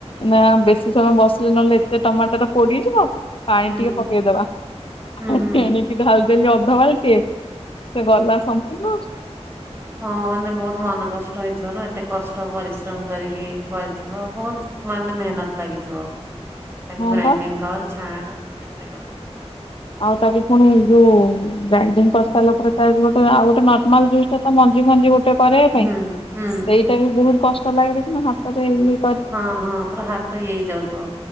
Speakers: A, on the left; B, on the right.
A: ନା ବେଶୀ ସମୟ ବସିଲେ ନହେଲେ ଏତେ ଟମାଟୋ ର ପୋଡିଯିବ। ପାଣି
B: ହୁଁ ହୁଁ
A: ଟିକେ ପକେଇଦବା
B: ହୁଁ
A: ପାଣି
B: ହଁ
A: ଆଣିକି ଡାଲ ତେଲି ଅଧ ବା ିକେ ସେ ଗଲା ସମ୍ପୂର୍ଣ୍ଣ।
B: ହଁ ମାନେ ବହୁତ୍ ମନ କଷ୍ଟ ହେଇଥିବ ନା ଏତେ କଷ୍ଟ ପରିଶ୍ରମ କରିକି କରିଥିବ ବହୁତ୍ ମାନେ ମେହନତ ଲାଗିଥିବ, ତାକୁ
A: ହଁ
B: ଗ୍ରାଇଣ୍ଡିଙ୍ଗ
A: ବା
B: କର ଛାଣ୍ କେତେ
A: ଆଉ ତାକୁ ପୁଣି ଯୋଉ ଗ୍ରାଣ୍ଡିଗ୍ କରିସାରିଲା ପରେ ତା ଗୋଟେ ଆଉ ଗୋଟେ ନର୍ମାଲ ଜୁସ୍ ଟା ତା ମଞ୍ଜି ମଞ୍ଜି ଗୋଟେ ଗୋଟେ କରିବା ପାଇଁ
B: ହୁଁ ହୁଁ
A: ସେଇଟା ବି ବହୁତ୍ କଷ୍ଟ ଲାଗେ ଦେଖିନ ହାତରେ ବି
B: ହଁ ହଁ ଆମର ହାତ ଇଏ ହେଇ ଯାଉଥିବ